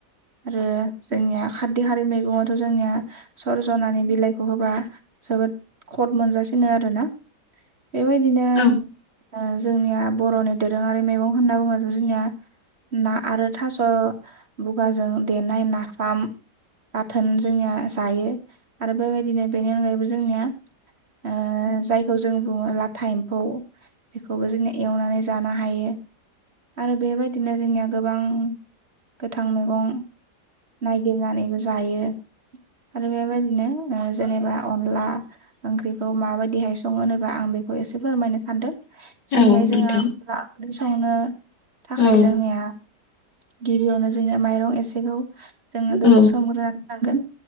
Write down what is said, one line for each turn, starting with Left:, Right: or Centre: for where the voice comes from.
Right: आरो जोंनिया खारदैहारि मैगङाव जोंनिया सरजनानि बिलाय बेखौ होबा जोबोद खद मोनजासिनो आरोना बेबायदिनो
Left: औ
Right: ओ जोंनिया बर'नि दोरोङारि मैगं होनना बुङोबाथ जोंनिया ना आरो थास' बुगाजों देनाय ना फाम बाथोन जोंनिया जायो आरो बेबायदिनो बेनि अनगायैबो जोंनिया ओ जायखौ जों बुङो लाथा एम्फौ बेखौबो जोङो एवनानै जानो हायो आरो बेबायदिनो जोंनिया गोबां गोथां मैगं नायगिरनानैबो जायो आरो बेबायदिनो ओ जेनेबा अनला ओंख्रिखौ माबायदिहाय सङो होनोबा आं बेखौ एसे फोरमायनो सान्दों जेरैहाय
Left: औ नोंथां
Right: जोंहा अनला ओंख्रि संनो थाखाय
Left: औ
Right: जोंनिया गिबियावनो जोंनिया माइरं एसे खौ जोङो
Left: औ
Right: दैयाव सोमग्रोनानै लानांगोन